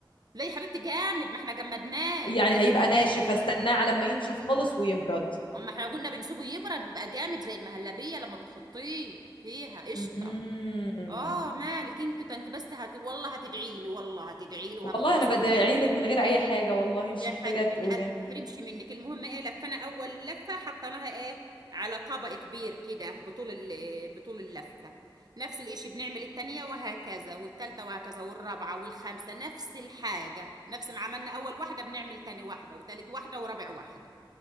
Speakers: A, on the right; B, on the left.
A: لا يا حبيبتي جامد ما احنا جمدناه اللبن
B: يعني هيبقى
A: اللي فيه
B: ناشف استناه على ما ينشف خالص ويبرد
A: اما احنا لو قلنا بنسيبه يبرد بيبقى جامد زي المهلبيه لما بتحطيه فيها قشطه
B: مم.
A: اه مالك انت ده انت بس هت... والله هتدعي لي والله هتدعي لي وهتتبسطي
B: والله انا بدعي لك من غير اي حاجه والله مش
A: يا
B: محتاجه
A: حبيبه
B: تقولي
A: قلبي ما تحرمش منك المهم ايه لفنا اول لفه حطيناها ايه على طبق كبير كده بطول ال... بطول اللفه نفس الاشي بنعمل التانية وهكذا والتالتة وهكذا والرابعة والخامسة نفس الحاجة نفس ما عملنا أول واحدة بنعمل تاني واحدة وتالت واحدة ورابع واحدة